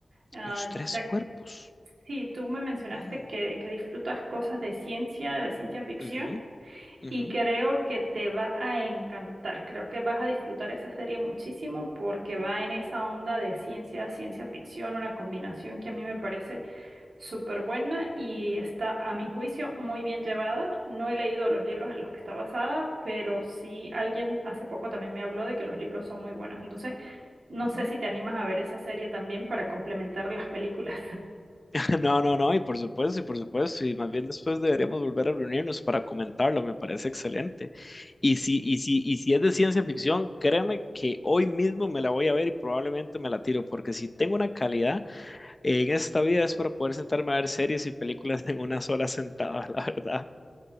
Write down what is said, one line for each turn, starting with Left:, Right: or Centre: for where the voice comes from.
Right: Ah,
Left: Los tres
Right: ya
Left: cuerpos.
Right: sí, tú me mencionaste
Left: Mm,
Right: que, que disfrutas cosas de ciencia, de ciencia ficción,
Left: ujú, ujú,
Right: y creo que te va a encantar. Creo que vas a disfrutar esa serie muchísimo porque va en esa onda de ciencia, ciencia ficción, una combinación que a mí me parece súper buena y está, a mi juicio, muy bien llevada. No he leído los libros en los que está basada, pero sí alguien hace poco también me habló de que los libros son muy buenos. Entonces, no
Left: mm.
Right: sé si te animas a ver esa serie también para complementar las películas. <laughs>
Left: <laughs> No, no, no, y por supuesto, y por supuesto, y más bien después deberíamos volver a reunirnos para comentarlo, me parece excelente. Y si, y si, y si es de ciencia ficción, créeme que hoy mismo me la voy a ver y probablemente me la tiro, porque si tengo una calidad eh, en esta vida es para poder sentarme a ver series y películas en una sola sentada, <laughs> la verdad.